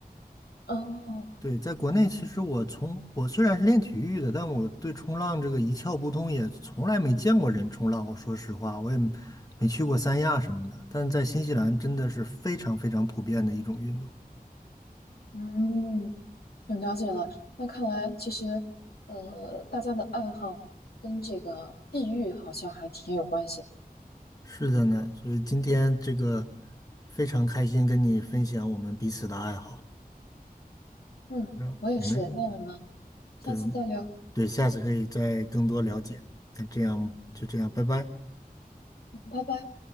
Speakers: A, on the left (about 80°); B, on the left (about 25°).
A: 哦，
B: 对，在国内，其实我从我虽然是练体育的，但我对冲浪这个一窍不通，也从来没见过人冲浪。我说实话，我也没去过三亚什么的，但在新西兰真的是非常非常普遍的一种运动。
A: 嗯，有了解了。那看来其实，呃，大家的爱好跟这个地域好像还挺有关系的。
B: 是的呢，所以今天这个非常开心跟你分享我们彼此的爱好，
A: 嗯，
B: 然我们
A: 我也是。那我们下次再聊，
B: 对对，下次可以再更多了解。那这样就这样，拜拜。
A: 嗯，拜拜。